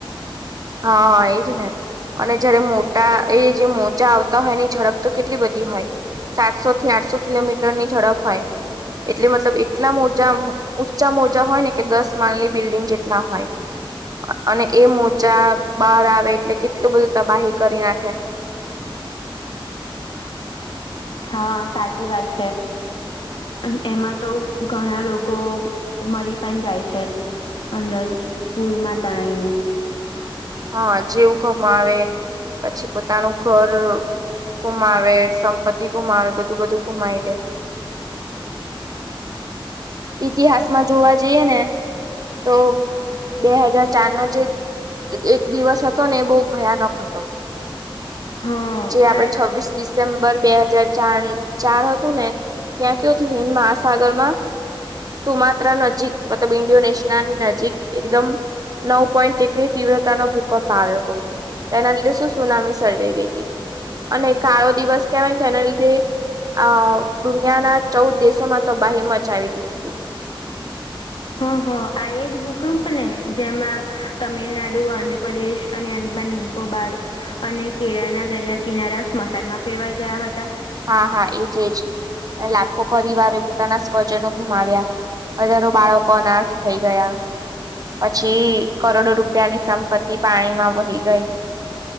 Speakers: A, on the right (about 45°); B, on the left (about 65°).
A: હા એજ ને. અને જયારે મોટા એ જે મોજા આવતા હોય એની ઝડપ તો કેટલી બધી હોય. સાતસો થી આઠસો કિલોમીટરની ઝડપ હોય એટલે મતલબ એટલા મોજા. ઊંચા મોજા હોય ને કે દસ માલની બિલ્ડિંગ જેટલા હોય અને એ
B: હમ
A: ચા બાળ આવે એટલે કેટલું બધું તબાહી કરી નાખે
B: હા સાચી વાત છે. અન એમાં તો ઘણા લોકો મરી પણ જાય છે. અંદર પૂરમાં તણાઈ ને
A: હા જેવું ગમાવે પછી પોતાનું ઘર ગુમાવે સંપત્તિ ગુમાવે બધું બધું ગુમાવી દે
B: હ
A: ઈતિહાસમાં જોવા જઈએ ને તો બે હજાર ચાર નો જે એક દિવસ હતો ને એ બો ભયાનક હતો
B: હા
A: જે આપડે
B: આ
A: છવ્વીસ ડિસેમ્બર બે હાજાર ચાર ચાર હતું ને તયા કેવું હતું હિન્ંદ મહાસાગરમાં તુમાત્રા નજીક મતલબ ઈન્ડોનેશિયાની નજીક એકદમ નવ પોઈન્ટ એક તીવ્રતા નો ભૂકંપ આવ્યો હતો એના લીધે શું સુનામી સર્જાઈ ગઈતી અને કાળો દિવસ કેહેવાય એના લીધે અ દુનિયાના ચૌદ દેશોમાં તો બાહી મચાવી દીધીતી
B: હ હ આ એજ ભૂકંપને જેમાં તમિલનાડુ, આંધ્રપ્રદેશ અને અદબનની કોબાર અને કેરળના દરિયા કિનારા સ્મશાનમાં ફેરવાઈ ગયા હતા.
A: હા હા એજ એજ અને લાખો પરિવારો પોતાના સ્વજનો ગુમાવ્યા હજારો બાળકો અનાથ થઈ ગયા પછી કરોડો રૂપિયાની સંપત્તિ પાણીમાં વહી ગઈ